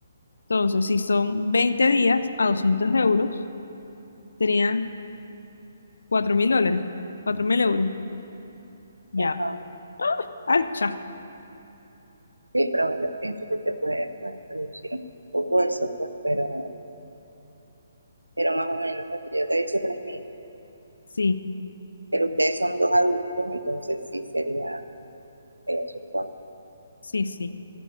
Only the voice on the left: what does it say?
Entonces, si son 20 días a 200 euros, serían Cuatro mil dólares, cuatro mil euros. Ya.
Ay, cha.
Sí,
sí, sí.